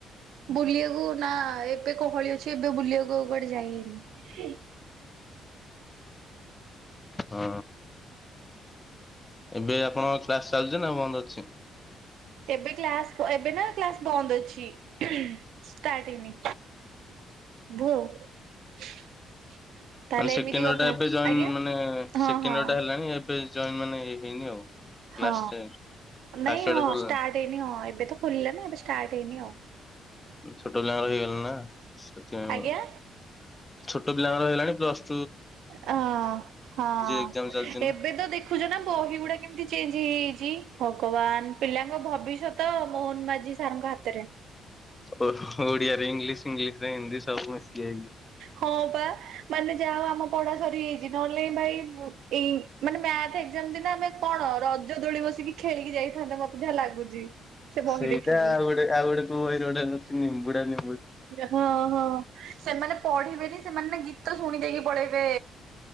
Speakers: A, on the right; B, on the left.
A: ବୁଲିବାକୁ ନା ଏବେ ଗହଳି ଅଛି ଏବେ ବୁଲିବାକୁ କୁଆଡ଼େ ଯାଇନି।
B: ହଁ ଏବେ ଆପଣଙ୍କ କ୍ଲାସ ଚାଲିଛି ନା ବନ୍ଦ ଅଛି?
A: ଏବେ କ୍ଲାସ ଏବେ ନା କ୍ଲାସ ବନ୍ଦ ଅଛି। ଟି ଷ୍ଟାର୍ଟ ହେଇନି ଭୁ ଆଉ। ତାହେଲେ
B: ମାନେ ସେକେଣ୍ଡ
A: ଏମିତି
B: ଇୟର
A: କଥା
B: ଟା ଏବେ ଜଏନ୍
A: ଆଜ୍ଞା
B: ମାନେ ସେକେଣ୍ଡ
A: ହଁ ହଁ।
B: ଇୟର ଟା ହେଲାଣି ଏବେ ଜଏନ୍ ମାନେ ହେଇନି ଆଉ।
A: ହଁ
B: କ୍ଲାସ ଫାଷ୍ଟ
A: ନାଇଁ
B: ଇୟର
A: ହଁ
B: ଟା ସରିଲାଣି
A: ଷ୍ଟାର୍ଟ ହେଇନି ହଁ ଏବେ ତ ଖୋଲିଲା ନା ଏବେ ଷ୍ଟା ହେଇନି ଆଉ।
B: ଛୋଟ ପିଲାଙ୍କର ହେଇଗଲାଣି ନା ସେଥିପାଇଁ
A: ଆଜ୍ଞା।
B: ଛୋଟ ପିଲାଙ୍କର ହେଲାଣି ପ୍ଲସ୍
A: ହଁ ହଁ
B: ଏକ୍ଜାମ ଚାଲିଛି ନା।
A: ଏବେ ତ ଦେଖୁଛ ନା ବହି ଗୁଡ଼ା କେମିତି ଚେଞ୍ଜ ହେଇ ହେଇଛି ଭଗବାନ ପିଲାଙ୍କ ଭବିଷ୍ୟତ ମୋହନ ମାଝି ସାରଙ୍କ ହାତରେ।
B: ଓ ଓଡିଆରେ ଇଂଲିଶ ଇଂଲିଶରେ ହିନ୍ଦୀ ସବୁ ମିଶିଯାଇଚି।
A: ହଁ ପା ମାନେ ଯାହା ଆମ ପଢା ସରିଯାଇଛି ନହେଲେ ଭାଇ ଏଇ ମାନେ ମ୍ୟା ଏକ୍ସଜାମ ଦିନ ଆମେ କଣ ରଜ ଦୋଳି ବସିକି ଖେଳିକି ଯାଇଥାନ୍ତେ ମତେ ଯାହା ଲାଗୁଛି। ସେ ବହି
B: ସେଇଟା
A: ଦେଖିକି।
B: ଆଉ ଗୋଟେ ଆଉ ଗୋଟେ କୁହ ଗୋଟେ ଅଛି ନିମ୍ବୁଡ଼ା ନିମ୍ବୁ
A: ହଁ ହଁ ସେମାନେ ପଢ଼ିବେନି ସେମାନେ ଗୀତ ଶୁଣି ଦେଇକି ପଳେଇବେ।